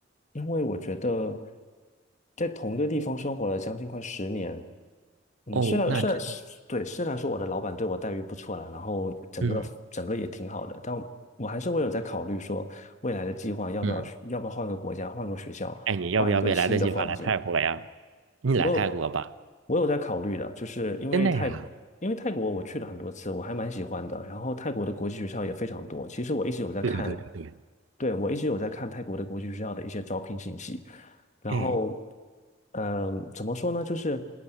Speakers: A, on the left; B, on the right.
A: 因为我觉得在同一个地方生活了将近快十年，嗯，
B: 哦，
A: 虽然虽然对，
B: 那真的，
A: 虽然说我的老板对我待遇不错啦，然后整个整个也挺好的，
B: 嗯
A: 但我还是会有在考虑说未来的计划要不要要不要换个国家、
B: 嗯，
A: 换个学校、
B: 哎，你要不要未来的计划来泰国呀？
A: 换一个新的环境。
B: 你来泰国吧，
A: 我有我有在考虑的，就是因为泰
B: 真的呀？
A: 因为泰国我去了很多次，我还蛮喜欢的。然后泰国的国际学校也非常多，其实我一直有在看，
B: 对对对对对，
A: 对，我一直有在看泰国的国际学校的一些招聘信息。然后，
B: 哎，
A: 嗯、怎么说呢？就是